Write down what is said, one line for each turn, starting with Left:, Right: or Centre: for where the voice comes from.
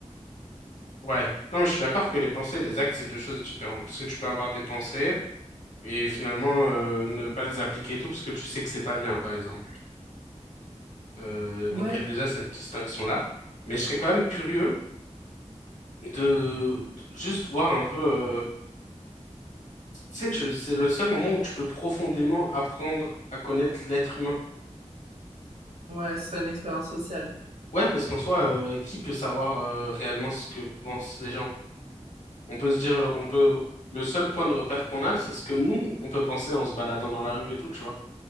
Left: Ouais. Non, mais je suis d'accord que les pensées et les actes, c'est deux choses différentes. Parce que tu peux avoir des pensées et finalement euh, ne pas les appliquer et tout parce que tu sais que c'est pas bien, par exemple. Euh, donc
Right: Ouais,
Left: il y a déjà cette distinction-là. Mais je serais quand même curieux de juste voir un peu. euh, Tu sais, tu- c'est le seul moment où tu peux profondément apprendre à connaître l'être humain.
Right: ouais, ce serait une expérience sociale.
Left: Ouais, parce qu'en soi, euh, qui peut savoir euh, réellement ce que pensent les gens? On peut se dire, on peut. Le seul point de repère qu'on a, c'est ce que nous, on peut penser en se baladant dans la rue et tout, tu vois.